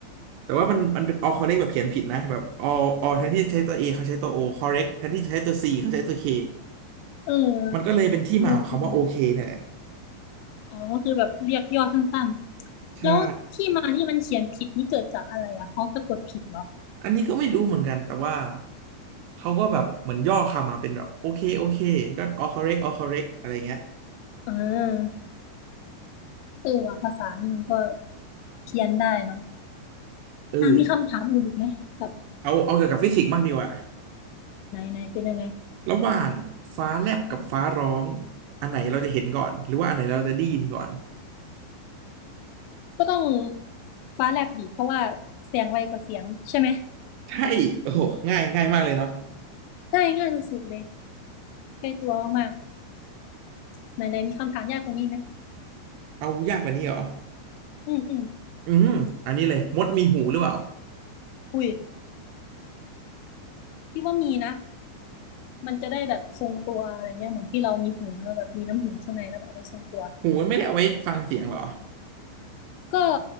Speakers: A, on the right; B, on the left.
A: แต่ว่ามันมันเป็น all correct แบบเขียนผิดนะแบบ all all แทนที่จะใช้ตัว A เขาใช้ตัว O correct แทนที่จะใช้ตัว C เขาใช้ตัว K
B: เออ
A: มันก็เลยเป็นที่มาของคำว่าโอเคเนี่ยแหละ
B: เอออ๋อก็คือแบบเรียกย่อสั้นๆ
A: ใช่
B: แล้วที่มาที่มันเขียนผิดนี่เกิดจากอะไรอ่ะเขาสะกดผิดเหรอ
A: อันนี้ก็ไม่รู้เหมือนกันแต่ว่า เขาก็แบบเหมือนย่อคำมาเป็นแบบโอเคโอเคก็ all correct all correct อะไรเงี้ย
B: อ่าเออว่ะภาษานี่มันก็เพี้ยนได้เนาะ
A: เออ
B: อ่ามีคำถามอื่นอีกไหมแบบ
A: เอาเอาเกี่ยวกับฟิสิกส์บ้างดีกว่า
B: ไหนไหนเป็นยังไง
A: ระหว่างฟ้าแลบกับฟ้าร้องอันไหนเราจะเห็นก่อนหรือว่าอันไหนเราจะได้ยินก่อน
B: ก็ต้องฟ้าแลบดิเพราะว่าเสียงไวกว่าเสียงใช่ไหม
A: ใช่โอ้โหง่ายง่ายมากเลยเนาะ
B: ได้ง่ายสุดๆเลยใกล้ตัวมากๆไหนๆมีคำถามยากกว่านี้ไหม
A: เอายากกว่านี้เหรอ
B: อืมอืม
A: อืมอันนี้เลยมดมีหูหรือเปล่า
B: อุ้ยพี่ว่ามีนะมันจะได้แบบทรงตัวอะไรเงี้ยเหมือนที่เรามีหูแล้วแบบมีน้ำหูข้างในแล้วแบบเอาไว้ทรงตัว
A: หูมันไม่ได้เอาไว้ฟังเสียงหรอ
B: ก็